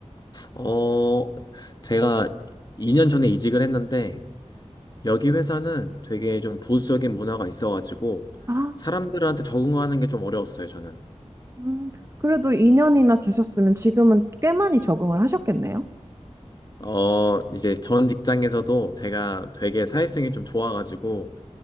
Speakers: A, on the left; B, on the right.
A: 어, 제가 2년 전에 이직을 했는데, 여기 회사는 되게 좀 보수적인 문화가 있어가지고,
B: 아,
A: 사람들한테 적응하는 게 좀 어려웠어요, 저는.
B: 음, 그래도 2년이나 계셨으면 지금은 꽤 많이 적응을 하셨겠네요?
A: 어, 이제 전 직장에서도 제가 되게 사회성이 좀 좋아가지고,